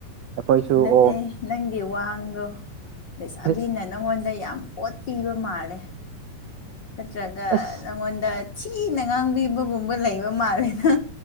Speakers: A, on the right; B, on the left.
A: ꯑꯩꯈꯣꯏꯁꯨ
B: ꯅꯠꯇꯦ
A: ꯑꯣ
B: ꯅꯪꯒꯤ ꯋꯥꯡꯗꯣ ꯂꯩꯩꯁꯥꯕꯤꯅ
A: ꯏꯁ
B: ꯅꯉꯣꯟꯗ ꯌꯥꯝ ꯑꯣꯠꯄꯤꯕ ꯃꯥꯜꯂꯦ ꯅꯠꯇ꯭ꯔꯒ
A: ꯑꯁ
B: ꯅꯉꯣꯟꯗ ꯁꯤꯅ ꯉꯥꯡꯕꯤꯕꯒꯨꯝꯕ ꯂꯩꯕ ꯃꯥꯜꯂꯦꯅ